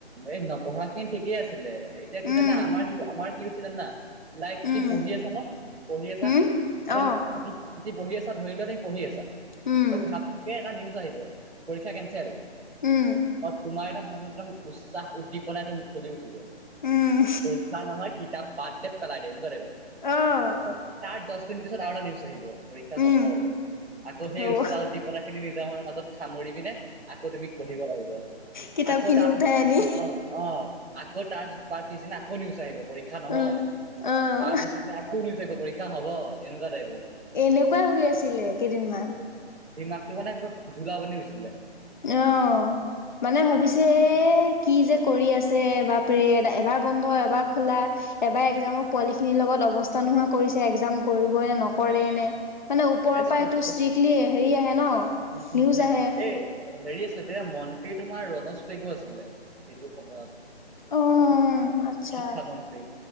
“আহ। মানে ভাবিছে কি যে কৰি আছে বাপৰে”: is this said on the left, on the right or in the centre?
Left